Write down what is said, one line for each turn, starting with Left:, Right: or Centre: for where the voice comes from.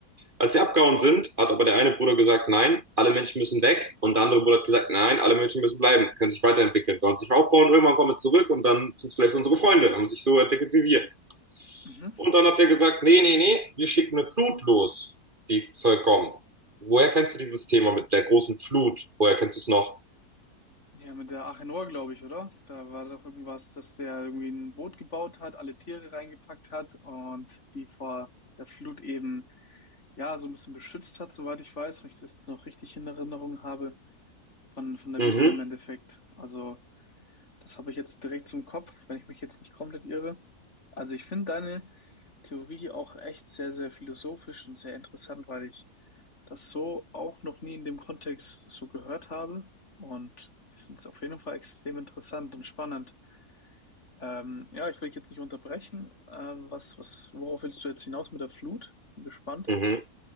Right: Als sie abgehauen sind, hat aber der eine Bruder gesagt, nein, alle Menschen müssen weg. Und der andere Bruder hat gesagt, nein, alle Menschen müssen bleiben, können sich weiterentwickeln, sollen sich aufbauen, irgendwann kommen wir zurück und dann sind es vielleicht unsere Freunde, haben sich so entwickelt wie wir.
Left: Mhm.
Right: Und dann hat er gesagt, nee, nee, nee, wir schicken eine Flut los, die soll kommen. Woher kennst du dieses Thema mit der großen Flut? Woher kennst du es noch?
Left: Ja, mit der Achenor, glaube ich, oder? Da war doch irgendwas, dass der irgendwie ein Boot gebaut hat, alle Tiere reingepackt hat und die vor der Flut eben ja so ein bisschen beschützt hat, soweit ich weiß, wenn ich das jetzt noch richtig in Erinnerung habe, von, von der
Right: Mhm,
Left: Bibel im Endeffekt. Also Das habe ich jetzt direkt zum Kopf, wenn ich mich jetzt nicht komplett irre. Also ich finde deine Theorie auch echt sehr, sehr philosophisch und sehr interessant, weil ich das so auch noch nie in dem Kontext so gehört habe. Und ich finde es auf jeden Fall extrem interessant und spannend. Ähm, ja, ich will dich jetzt nicht unterbrechen. Ähm, was, was, worauf willst du jetzt hinaus mit der Flut? Bin gespannt.
Right: mhm.